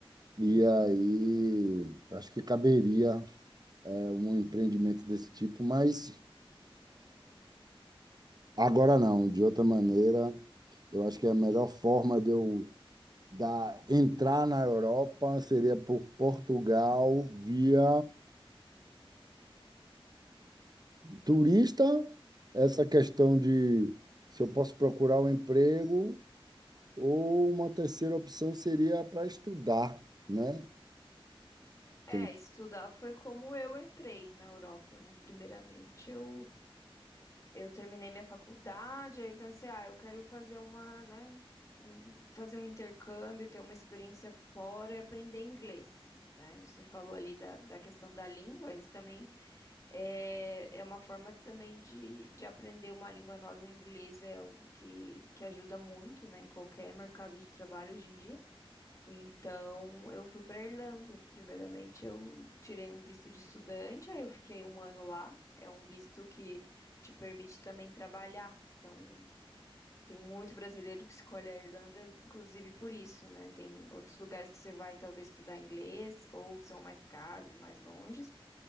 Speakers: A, on the right (about 45°); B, on the left (about 35°).
A: e aí acho que caberia é, um empreendimento desse tipo, mas agora não, de outra maneira, eu acho que a melhor forma de eu dar, entrar na Europa seria por Portugal via turista, essa questão de se eu posso procurar um emprego, ou uma terceira opção seria para estudar, né?
B: É,
A: Tem
B: estudar foi como eu entrei na Europa, né? Primeiramente, eu Eu terminei minha faculdade, aí pensei, ah, eu quero fazer uma, né, hum, fazer um intercâmbio, ter uma experiência fora e aprender inglês. Né? Você falou ali da, da questão da língua, isso também é, é uma forma também de, de aprender uma língua nova. O inglês é algo que, que ajuda muito, né, em qualquer mercado de trabalho hoje em dia. Então, eu fui para Irlanda. Primeiramente, eu tirei um visto de estudante, aí eu fiquei um ano lá. É um visto que te permite também trabalhar. Então, tem muito brasileiro que escolhe a Irlanda, inclusive por isso, né? Tem outros lugares que você vai talvez estudar inglês, ou são mais caros, mais longes,